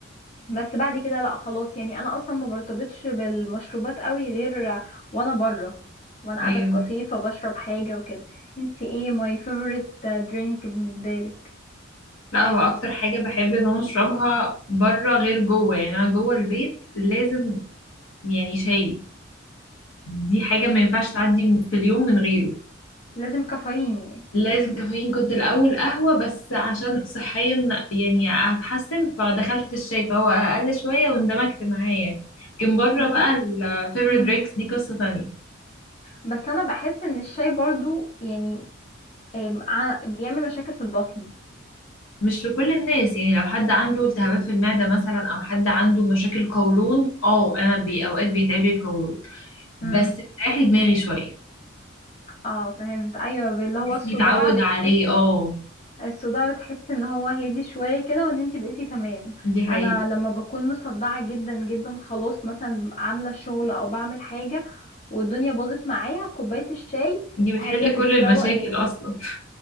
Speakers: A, on the left; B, on the left.
A: بس بعد كده لا خلاص يعني انا اصلا ما برتبطش بالمشروبات قوي غير وانا بره وانا قاعده
B: ايوه
A: في كافيه فبشرب حاجه وكده انت ايه ماي فيفورت درينك بالنسبه لك
B: لا هو اكتر حاجة بحب ان انا اشربها بره غير جوه يعني انا جوه البيت لازم يعني شاي دي حاجة ما ينفعش تعدي في اليوم من غيره
A: لازم كافيين يعني
B: لازم كافيين كنت الاول قهوة بس عشان صحيا يعني هتحسن فدخلت في الشاي فهو اقل شوية واندمجت معاه يعني لكن بره
A: بس
B: بقى
A: انا
B: الفيفوريت
A: مم.
B: درينكس دي قصة تانية
A: بس انا بحس ان الشاي برضو يعني آم، ع- بيعمل مشاكل في البطن
B: مش لكل الناس يعني لو حد عنده التهابات في المعدة مثلا او حد عنده مشاكل قولون اه انا بي اوقات بيتعب لي القولون بس
A: مم.
B: بتريح لي دماغي شوية
A: اه فهمت ايوه اللي هو
B: جسمي
A: الصداع
B: اتعود
A: بتحس
B: عليه اه
A: الصداع بتحس ان هو هادي شوية كده وان انتي بقيتي تمام
B: دي حقيقة
A: انا لما بكون مصدعة جدا جدا خلاص مثلا عاملة شغل او بعمل حاجة والدنيا باظت معايا كوباية الشاي
B: دي بتحل
A: هي اللي
B: كل
A: بتروق
B: المشاكل
A: دماغي
B: اصلا